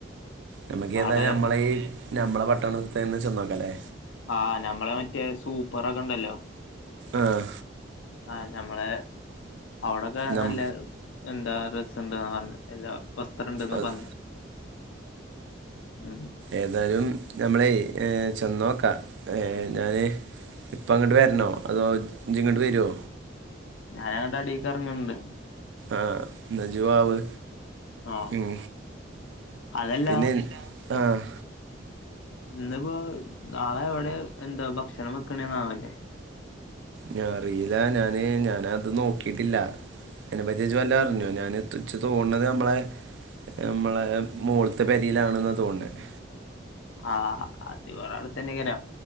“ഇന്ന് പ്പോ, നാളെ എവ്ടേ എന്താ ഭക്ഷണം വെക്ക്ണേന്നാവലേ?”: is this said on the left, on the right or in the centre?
Left